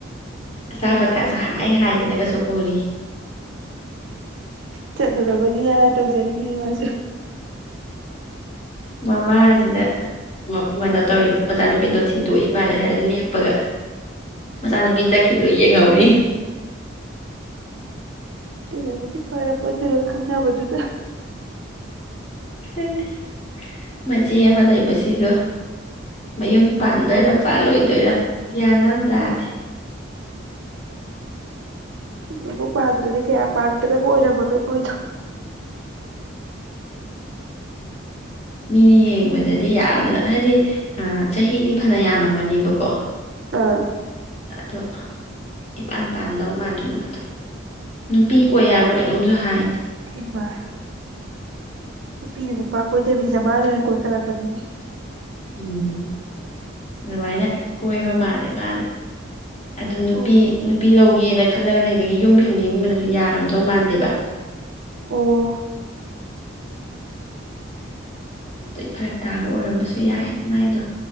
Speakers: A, on the left; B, on the right.
A: ꯑꯆꯥꯄꯣꯠꯀꯁꯨ ꯍꯥꯏ ꯍꯥꯏꯗꯅꯒꯁꯨ ꯄꯨꯔꯤ
B: ꯆꯠꯂꯨꯔꯕꯅꯤꯅ ꯇꯧꯖꯔꯤꯅꯤꯅꯦ ꯃꯥꯁꯨ
A: ꯃꯃꯥꯁꯤꯅ ꯀꯩꯅꯣ ꯇꯧꯔꯤꯕ ꯃꯆꯥꯅꯨꯄꯤꯗꯣ ꯊꯤꯟꯗꯣꯛꯏ ꯃꯥꯜꯂꯦ ꯍꯥꯏꯅ ꯂꯦꯞꯄꯒ ꯃꯆꯥꯅꯨꯄꯤ ꯆꯠꯈꯤꯕꯗꯣ ꯌꯦꯡꯍꯧꯔꯤꯌꯦ
B: ꯑꯗꯨꯅꯕꯨꯗꯤ ꯐꯔ ꯄꯣꯠꯅꯤꯗ ꯂꯣꯏ ꯈꯪꯅꯕꯗꯨꯅ
A: ꯈꯪꯗꯦ ꯃꯆꯦ ꯑꯃ ꯂꯩꯕꯁꯤꯁꯨ ꯃꯌꯨꯝ ꯄꯥꯟꯗꯣꯏꯔ ꯄꯥꯜꯂꯣꯏꯗꯣꯏꯔꯥ ꯒ꯭ꯌꯥꯟ ꯑꯃ ꯇꯥꯗꯦ
B: ꯍꯧꯖꯤꯛꯐꯥꯎ ꯄꯥꯟꯗ꯭ꯔꯗꯤ ꯀꯌꯥ ꯄꯥꯟꯒꯗꯕ ꯑꯣꯏꯔꯝꯃꯔꯣꯏ ꯃꯣꯏꯗꯣ
A: ꯃꯤꯅ ꯌꯦꯡꯕꯗꯗꯤ ꯌꯥꯝꯅ ꯍꯥꯏꯗꯤ ꯆꯍꯤꯗꯤ ꯐꯅ ꯌꯥꯝꯃꯝꯃꯅꯦꯕꯀꯣ
B: ꯑꯥ
A: ꯑꯗꯣ ꯏꯄꯥꯟ ꯄꯥꯟꯗꯧ ꯃꯥꯟꯗ꯭ꯔꯦ ꯃꯥꯗꯣ ꯅꯨꯄꯤ ꯀꯣꯏ ꯍꯥꯏꯕ꯭ꯔ ꯀꯩꯅꯣꯝꯁꯨ ꯍꯥꯏꯗ
B: ꯏꯃꯥ ꯅꯨꯄꯤꯅ ꯅꯨꯄꯥ ꯀꯣꯏꯗꯕꯤꯗ ꯃꯅꯥ ꯑꯣꯏꯅ ꯀꯣꯏꯈꯠꯂꯛꯄꯅꯤꯅꯦ
A: ꯎꯝ ꯑꯗꯨꯃꯥꯏꯅ ꯀꯣꯏꯕ ꯃꯥꯜꯂꯦ ꯃꯥꯅ ꯑꯗꯨ ꯅꯨꯄꯤ
B: ꯑꯣ
A: ꯅꯨꯄꯤ ꯂꯧ ꯌꯦꯜꯂꯦ ꯈꯜꯂꯒ ꯂꯩꯕꯒꯤ ꯌꯨꯝ ꯐꯦꯂꯤꯒꯨꯝꯕꯅꯁꯨ ꯌꯥꯔꯝꯗꯧ ꯃꯥꯟꯗꯦꯕ
B: ꯑꯣ
A: ꯇꯏ ꯐꯔꯛ ꯇꯥꯕ ꯑꯣꯏꯔꯝꯕꯁꯨ ꯌꯥꯏ ꯃꯥꯏꯗꯣ